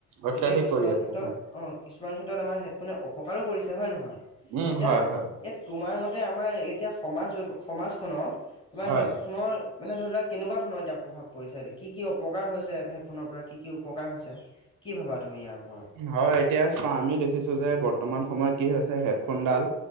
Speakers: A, on the left; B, on the right.
A: গতিকে
B: অত্যাধিক
A: কিছুমান
B: কৰি আছে
A: ক্ষেত্ৰত
B: হয়
A: অ, কিছুমান ক্ষেত্ৰত আমাৰ হেডফোনে অপকাৰো কৰিছে হয় নহয়?
B: উম
A: এতিয়া
B: হয় হয়
A: এই তোমাৰ মতে আমাৰ এতিয়া সমাজ ব্যৱ সমাজখনত, তোমাৰ
B: হয়
A: হেডফোনৰ মানে ধৰি লোৱা কেনেকুৱা ধৰণৰ এতিয়া প্ৰভাৱ পৰিছে? কি কি অপ উপকাৰ হৈছে হেডফোনৰ পৰা কি কি উপকাৰ হৈছে, কি ভাবা তুমি ইয়াৰ ওপৰত?
B: হয়, এতিয়া চোৱা আমি দেখিছো যে বৰ্তমান সময়ত কি হৈছে হেডফোনডাল